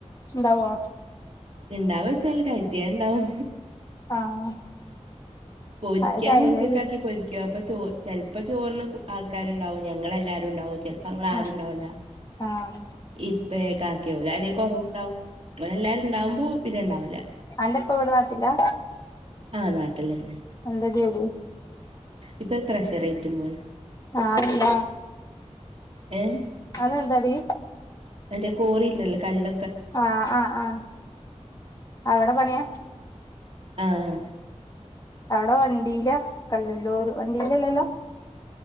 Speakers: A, on the left; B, on the right.
A: ഇണ്ടാവോ
B: ഇണ്ടാവോച്ചല് കരുതിയാ ഇണ്ടാവും
A: ആഹ്
B: പൊരിക്കാ
A: അത് കഴ
B: ഉച്ചക്ക ആക്കി പൊരിക്ക അപ്പൊ ചോ ചെൽപ്പം ചോറ്‌ന് ആൾക്കാര്ണ്ടാവും ഞങ്ങളല്ലാരു ണ്ടാവും ചെൽപ്പോ ങ്ങളാരൂ
A: ആഹ്
B: ണ്ടാവുല്ല
A: ആഹ്
B: ഇപ്പേ കാക്ക ഓല് ആരേലും കൊറവുണ്ടാവും ഓല് എല്ലാരും ഉണ്ടാവുമ്പോ പിന്നെ ഉണ്ടാവൂല
A: അന്റെ ഇപ്പ ഇവിടെ നാട്ടിലാ
B: ആഹ് നാട്ടിൽ തന്നെ
A: എന്താ ജോലി
B: ഇപ്പൊ കരശ്ശേറ ഇറ്റും പോണ്
A: ആഹ് അതെന്താ
B: ഏഹ
A: അതെന്താടി
B: എന്റെ കോറില്ലല്ലോ കല്ല
A: ആഹ് ആഹ് ആ അവിടെ പണിയാ
B: ആഹ്
A: അവിടെ വണ്ടീയിലാ കല്ലല്ലൂർ വണ്ടിയിലല്ലല്ലോ